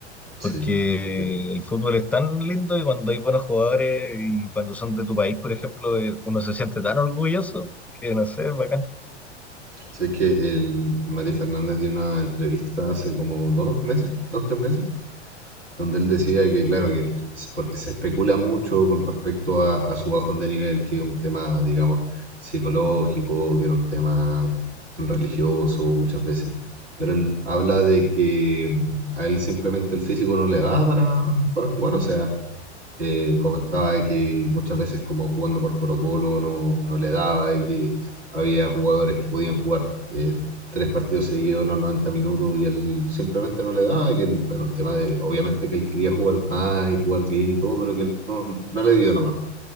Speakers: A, on the right (about 80°); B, in the centre.
A: sí.
B: porque
A: Oye,
B: el fútbol es tan lindo y cuando hay buenos jugadores y cuando son de tu país, por ejemplo, eh, uno se siente tan orgulloso que no sé, es bacán.
A: ¿Sabes que el Mati Fernández dio una entrevista hace como dos meses, dos, tres meses? donde él decía que, claro, que es porque se especula mucho con respecto a, a su bajón de nivel, que es un tema, digamos, psicológico, que era un tema religioso muchas veces, pero él habla de que mm, a él simplemente el físico no le da para, para jugar, o sea, eh, comentaba de que muchas veces como jugando por Colo-Colo no, no le daba y que había jugadores que podían jugar eh, tres partidos seguidos los 90 minutos y él simplemente no le daba, y que era un tema de, obviamente que él quería jugar más y jugar bien y todo, pero que él no, no le dio nomás.